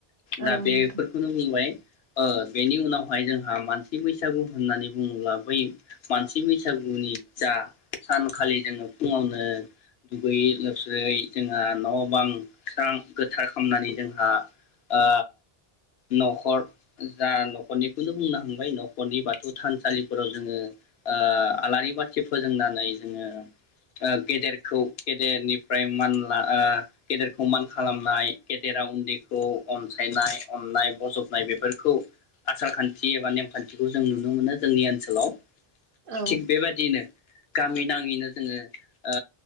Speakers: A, on the right; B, on the left.
A: औ
B: दा बेफोरखौनो
A: नोंथां
B: बुंबाय। ओ बेनि उनावहाय जोंहा मानसि बैसागु होननानै बुङोब्ला बै मानसि बैसागुनि जा सानखालि जोङो फुङावनो दुगैयै लोबस्रोयै जोंहा न' बां स्रां गोथार खालामनानै जोंहा ओ न'खर जा न'खरनिखौनो बुंनो थांबाय न'खरनि बाथौ। थानसालिफोराव जोङो आलारि बाथि फोजोंनानै जोङो गेदेरखौ गेदेरनिफ्राय मान गेदेरखौ मान खालामनाय गेदेरा उन्दैखौ अनसायनाय अननाय बजबनाय बेफोरखौ आसार खान्थि एबा नेमखान्थिखौ जों नुनो। बे जोंनि ओनसोलाव।
A: औ
B: थिक बेबायदिनो। गामि नाङैनो जोङो। ओ।